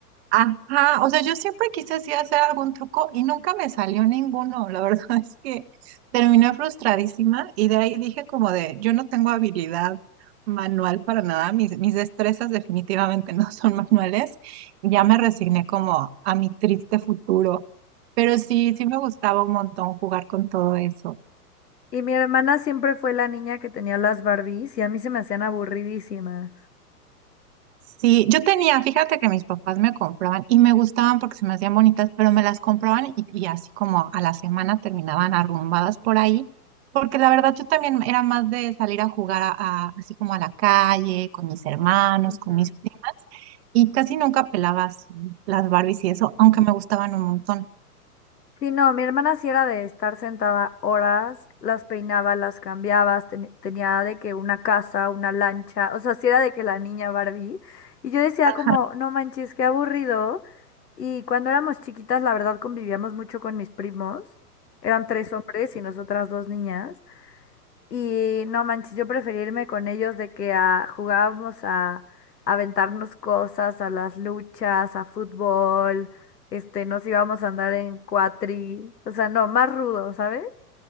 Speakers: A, on the right; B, on the left.
A: Ajá, o sea, yo siempre quise así hacer algún truco y nunca me salió ninguno. La verdad <laughs> es que terminé frustradísima y de ahí dije como de, yo no tengo habilidad manual para nada, mis, mis destrezas definitivamente <laughs> no son manuales. y Ya me resigné como a mi triste futuro, pero sí, sí me gustaba un montón jugar con todo eso.
B: Y mi hermana siempre fue la niña que tenía las Barbies y a mí se me hacían aburridísimas.
A: Sí, yo tenía, fíjate que mis papás me compraban y me gustaban porque se me hacían bonitas, pero me las compraban y, y así como a la semana terminaban arrumbadas por ahí, porque la verdad yo también era más de salir a jugar a, a- así como a la calle, con mis hermanos,
B: Ujú.
A: con mis primas, y casi nunca pelabas las Barbies y eso, aunque me gustaban un montón.
B: Sí, no, mi hermana sí era de estar sentada horas, las peinaba, las cambiabas, ten- tenía de que una casa, una lancha, o sea, sí era de que la niña Barbie. Y yo decía
A: Ajá.
B: como, no manches, qué aburrido. Y cuando éramos chiquitas, la verdad, convivíamos mucho con mis primos. Eran tres hombres y nosotras dos niñas. Y no manches, yo preferirme con ellos de que a- jugábamos a, a aventarnos cosas, a las luchas, a fútbol, este, nos íbamos a andar en cuatri, o sea, no, más rudo, ¿sabes?